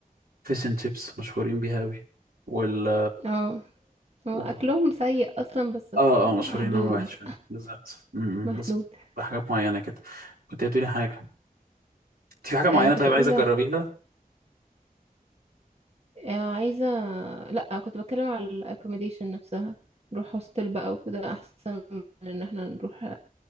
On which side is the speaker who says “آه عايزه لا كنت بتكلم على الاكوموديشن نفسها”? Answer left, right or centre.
Right